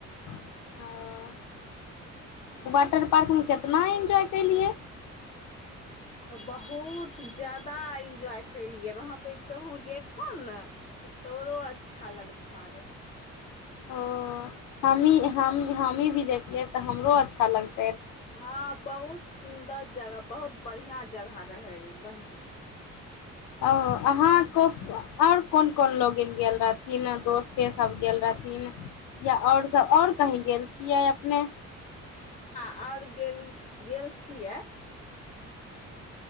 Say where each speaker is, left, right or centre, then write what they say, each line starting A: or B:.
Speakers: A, on the left; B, on the left.
A: हँ वाटरपार्क मे केतना इंजॉय केलिए
B: बहुत ज्यादा इंजॉय केलिए वहाँपर तुहों जेतहो न तोरो अच्छा लगथऽ र हा
A: ओ हम्मी हम हम्मी भी जेतियै त हमरो अच्छा लग-
B: हाँ बहुत सुन्दर जगह बहुत बढ़ियाँ जगह रहै बै-
A: ओ अहाँ ओ- आओर कोन कोन लोग गेल रहथिन दोस्ते सब गेल छलथिन या आओर सब आओर कहीं गेल छियै अपने
B: हाँ आओर गेलि गेल छियै